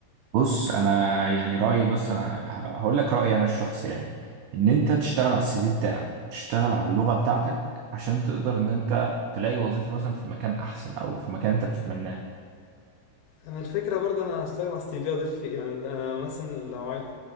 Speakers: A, on the right; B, on the left.
A: بص انا يعني رأيي بص انا ه- هقول لك رأيي انا الشخصي يعني ان انت تشتغل على السي في بتاعك تشتغل على اللغة بتاعتك عشان تقدر ان انت تلاقي وظيفة مثلا في مكان احسن او في مكان انت بتتمناه
B: انا الفكره برضه انا هشتغل على السي في اضيف فيه يعني انا مثلا لو عاي...